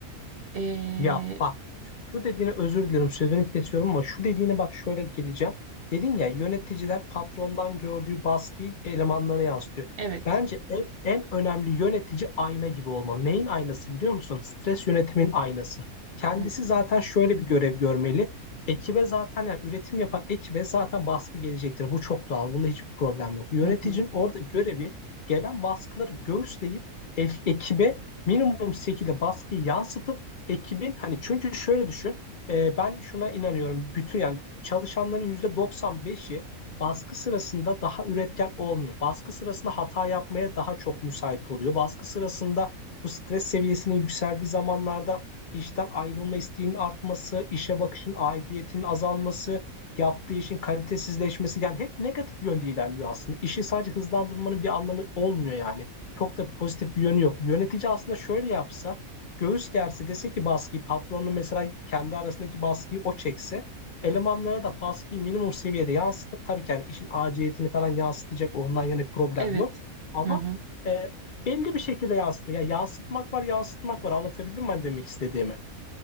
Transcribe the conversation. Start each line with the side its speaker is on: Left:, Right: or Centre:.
Right: Ee,
Left: Ya bak Şu dediğine özür dilerim sözünü kesiyorum ama şu dediğine bak şöyle geleceğim. Dedin ya yöneticiler patrondan gördüğü baskıyı elemanlarına yansıtıyor.
Right: evet.
Left: Bence en, en önemli yönetici ayna gibi olmalı. Neyin aynası biliyor musun? Stres yönetimin aynası. Kendisi
Right: Hı hı.
Left: zaten şöyle bir görev görmeli. Ekibe zaten yani üretim yapan ekibe zaten baskı gelecektir. Bu çok doğal. Bunda hiçbir problem yok. Yöneticinin
Right: Hı hı.
Left: orada görevi gelen baskıları göğüsleyip e- ekibe minimum şekilde baskıyı yansıtıp ekibin hani çünkü şöyle düşün e, ben şuna inanıyorum bütün yani çalışanların yüzde 95'i baskı sırasında daha üretken olmuyor. Baskı sırasında hata yapmaya daha çok müsait oluyor. Baskı sırasında bu stres seviyesinin yükseldiği zamanlarda işten ayrılma isteğinin artması, işe bakışın aidiyetinin azalması, yaptığı işin kalitesizleşmesi yani hep negatif yönde ilerliyor aslında. İşi sadece hızlandırmanın bir anlamı olmuyor yani. Çok da pozitif bir yönü yok. Yönetici aslında şöyle yapsa Göğüs gerse dese ki baskıyı patronla mesela kendi arasındaki baskıyı o çekse elemanlara da baskıyı minimum seviyede yansıtıp tabii ki yani işin aciliyetini falan yansıtacak ondan yana bir problem
Right: Evet.
Left: yok. Ama
Right: Hı hı.
Left: e, belli bir şekilde yansıtma. Yani yansıtmak var yansıtmak var anlatabildim mi ben demek istediğimi?